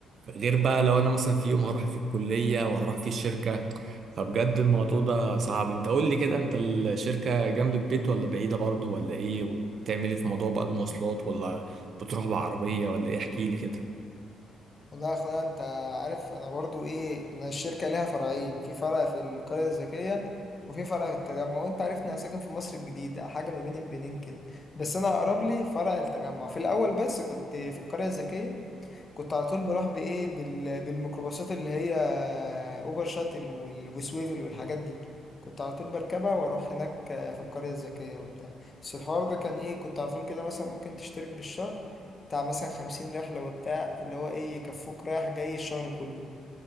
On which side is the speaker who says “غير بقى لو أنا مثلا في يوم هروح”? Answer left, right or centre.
Right